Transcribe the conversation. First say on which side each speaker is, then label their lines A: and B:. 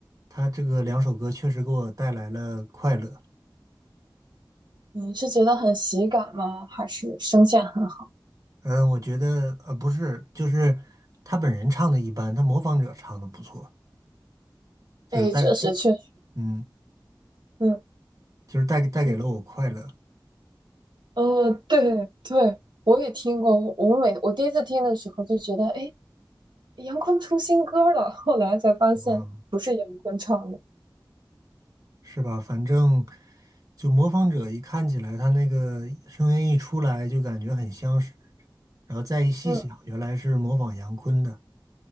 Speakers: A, on the right; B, on the right.
A: 他这个两首歌确实给我带来了快乐，
B: 你是觉得很喜感吗？还是声线很好？
A: 嗯、我觉得呃不是，就是他本人唱的一般，他模仿者唱的不错。就是带，
B: 哎，确实确实，
A: 嗯，
B: 嗯
A: 就是带给带给了我快乐，
B: 嗯呃，对对，我也听过。我我每我第一次听的时候就觉得，哎，杨坤出新歌了。后来才发现不是杨坤唱的。
A: 嗯，是吧？反正就模仿者一看起来，他那个声音一出来就感觉很相识，然后再一细想，
B: 嗯
A: 原来是模仿杨坤的